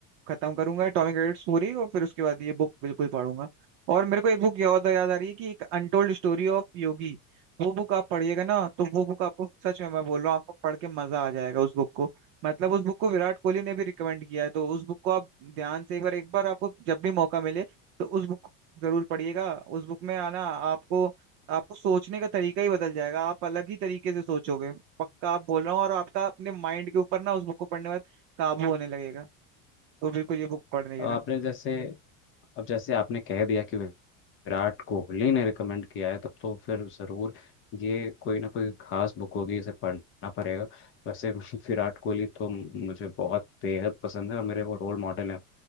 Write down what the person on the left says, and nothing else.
अब आपने
जैसे अब जैसे आपने कह दिया कि विराट कोहली ने रिकमेंड किया है तब तो फिर ज़रूर ये कोई ना कोई खास बुक होगी इसे पढ़ना पड़ेगा वैसे <laughs> विराट कोहली तो मुझे बहुत बेहद पसंद है और मेरे वो रोल मॉडल हैं